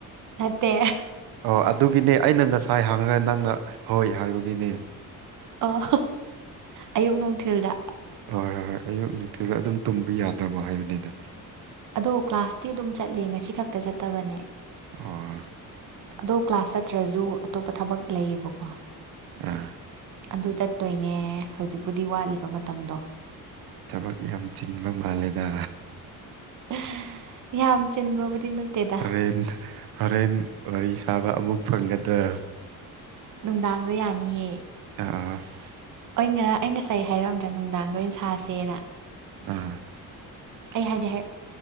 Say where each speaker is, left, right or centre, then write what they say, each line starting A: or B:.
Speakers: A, on the right (about 55°); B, on the right (about 80°).
A: ꯅꯠꯇꯦ
B: ꯑꯣ ꯑꯗꯨꯒꯤꯅꯦ ꯑꯩꯅ ꯉꯁꯥꯏ ꯍꯥꯡꯉꯒ ꯅꯪꯅ ꯍꯣꯏ ꯍꯥꯏꯕꯒꯤꯅꯦ
A: ꯑꯣ ꯑꯌꯨꯛ ꯅꯨꯡꯊꯤꯜꯗ
B: ꯍꯣꯏ ꯍꯣꯏ ꯍꯣꯏ ꯑꯌꯨꯛ ꯅꯨꯡꯊꯤꯗ ꯑꯗꯨꯝ ꯇꯨꯝꯕ ꯌꯥꯗ꯭ꯔꯕꯣ ꯍꯥꯏꯕꯅꯤꯅ
A: ꯑꯗꯣ ꯀ꯭ꯂꯥꯁꯇꯤ ꯑꯗꯨꯝ ꯆꯠꯂꯦ ꯉꯁꯤ ꯈꯛꯇ ꯆꯠꯇꯕꯅꯦ
B: ꯑꯣ
A: ꯑꯗꯣ ꯀ꯭ꯂꯥꯁ ꯆꯠꯇ꯭ꯔꯁꯨ ꯑꯇꯣꯞꯄ ꯊꯕꯛ ꯂꯩꯌꯦꯕꯀꯣ
B: ꯑ
A: ꯑꯗꯨ ꯆꯠꯇꯣꯏꯅꯦ ꯍꯧꯖꯤꯛꯄꯨꯗꯤ ꯋꯥꯠꯂꯤꯕ ꯃꯇꯝꯗꯣ
B: ꯊꯕꯛ ꯌꯥꯝ ꯆꯤꯟꯕ ꯃꯥꯜꯂꯦꯗ
A: ꯑ ꯌꯥꯝ ꯆꯤꯟꯕꯕꯨꯗꯤ ꯅꯠꯇꯦꯗ
B: ꯍꯦꯟ ꯍꯣꯔꯦꯟ ꯋꯥꯔꯤ ꯁꯥꯕ ꯑꯃꯨꯛ ꯐꯪꯒꯗ꯭ꯔꯥ
A: ꯅꯨꯡꯗꯥꯡꯗ ꯌꯥꯅꯤꯌꯦ
B: ꯑꯥ <unintelligible> <inaudible>
A: ꯑꯩ ꯉꯔꯥꯡ ꯑꯩ ꯉꯁꯥꯏ ꯍꯥꯏꯔꯝꯗ꯭ꯔꯥ ꯅꯨꯡꯗꯥꯡꯗ ꯑꯣꯏꯅ ꯁꯥꯁꯦꯅ
B: ꯑꯥ <unintelligible> <inaudible>
A: ꯑꯩ ꯍꯥꯏꯗꯤ ꯍꯥꯏ